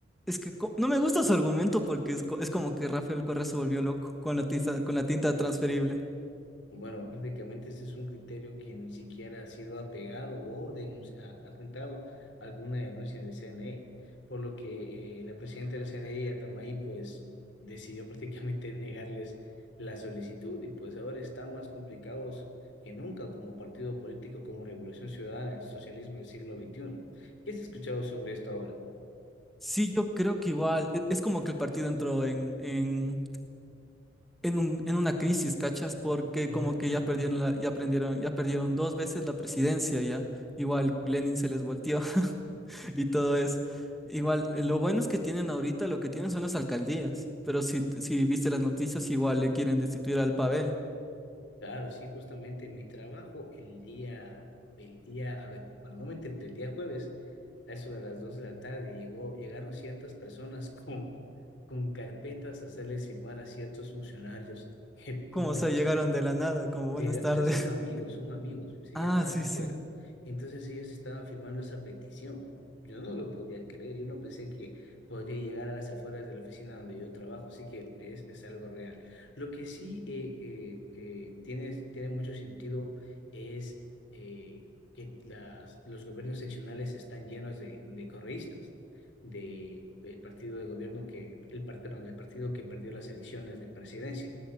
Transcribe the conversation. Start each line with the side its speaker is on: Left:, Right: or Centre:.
Centre: es que co- no me gusta su argumento porque es, co- es como que Rafael Correa se volvió loco con la tinta, con la tinta transferible.
Left: Bueno, prácticamente este es un criterio que ni siquiera ha sido apegado o denunci- a- atentado a alguna denuncia del CNE, por lo que eh, la presidenta del CNE, Atamay, pues decidió prácticamente <laughs> negarles la solicitud y pues ahora están más complicados que nunca como partido político, como Revolución Ciudadana, socialismo del siglo XXI. ¿Qué has escuchado sobre esto ahora?
Centre: Sí, yo creo que igual, e- es como que el partido entró en, en, en un- en una crisis, ¿cachas? Porque
Left: <laughs> Ujú,
Centre: como que
Left: claro.
Centre: ya perdieron la- ya aprendieron, ya perdieron dos veces la presidencia ya. Igual Lenin se les volteó. y todo eso. Igual, eh, lo bueno es que tienen ahorita, lo que tienen son las alcaldías, pero si, si viste las noticias, igual le quieren destituir al Pavel.
Left: Claro, sí, justamente en mi trabajo el día, el día, a ver, bueno, no me entiendo, el día jueves, a eso de las 2 de la tarde, llegó, llegaron ciertas personas <laughs> con, con carpetas a hacerles firmar a ciertos funcionarios <laughs>
Centre: Como
Left: públicos
Centre: se llegaron
Left: que
Centre: de la nada, como
Left: Llega,
Centre: buenas tardes.
Left: o sea, son amigos,
Centre: <laughs>
Left: son amigos, o sea,
Centre: Ah,
Left: ya están
Centre: sí,
Left: acá afuera.
Centre: sí.
Left: Y entonces ellos estaban firmando esa petición. Yo no lo podía creer, yo no pensé que podría llegar a las afueras de la oficina donde yo trabajo, así que es, es algo real. Lo que sí eh, eh, que tiene, tiene mucho sentido es eh, que las, los gobiernos seccionales están llenos de, de correístas, de, del partido de gobierno que, el, par- perdón, del partido que perdió las elecciones de presidencia